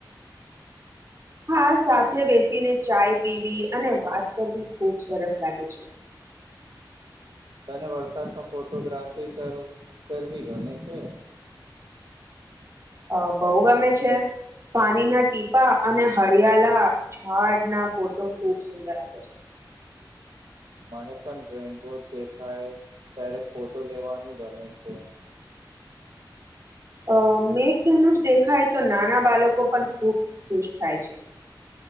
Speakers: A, on the right (about 40°); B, on the right (about 80°).
A: હા સાથે બેસીને ચાય પીવી અને વાત કરવી ખુબ સરસ લાગે છે
B: તને વરસાદમાં ફોટોગ્રાફી કર કરવી ગમે છે
A: અ બહુ ગમે છે પાણીના ટીપા અને હળિયાળ ઝાડ ના ફોટો ખુબ સુંદર આવે છે
B: મને પણ રેનબોટ દેખાય ત્યારે ફોટો લેવાનું ગમે છે
A: અ મેઘધનુષ દેખાય તો નાના બાળકો પણ ખુબ ખુશ થાય છે